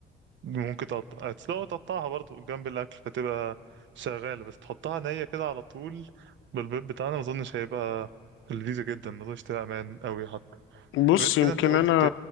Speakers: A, on the right; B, on the left.
A: ممكن تقط... تسلقها وتقطعها برضو جنب الاكل فتبقى شغاله بس تحطها نيه كده على طول بالبيض بتاعنا ما اظنش هيبقى لذيذه جدا ما اظنش تبقى امان قوي حتى
B: بص
A: غير كده
B: يمكن
A: انت قلت
B: انا